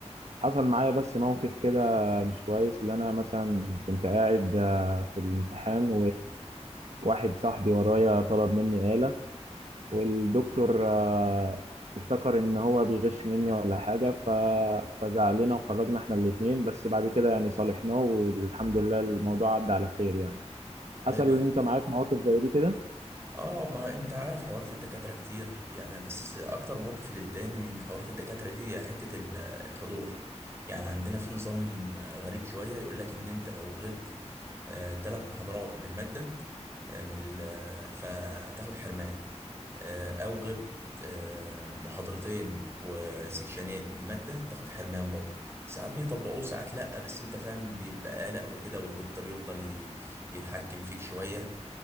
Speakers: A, on the right (about 65°); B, on the right (about 20°).
A: حصل معايا بس موقف كده مش كويس اللي أنا مثلا كنت قاعد آه، في الامتحان وواحد صاحبي ورايا طلب مني آلة والدكتور آه، افتكر ان هو بيغش مني ولا حاجه ف... فزعلنا وخرجنا احنا الاثنين بس بعد كده يعني صالحناه والحمد لله الموضوع عدى على خير يعني
B: طيب
A: حصل
B: الحمد
A: ان انت معاك
B: لله
A: مواقف زي دي كده
B: اه ما انت عارف حوارات الدكاترة كتير يعني بس اكتر موقف اللي بيضايقني من حوارات الدكاترة دي حتة ال- الحضور يعني عندنا في نظام آه، غريب شوية يقول لك ان انت لو غبت ثلاث محاضرات من المادة آه، من ال- آه، فتاخد حرمان آه، او غبت آه، محاضرتين وسكشنين من المادة تاخد حرمان برضه ساعات بيطبقوه ساعات لأ بس انت فاهم بيبقى قلق وكده والدكتور يفضل ي- يتحكم فيك شوية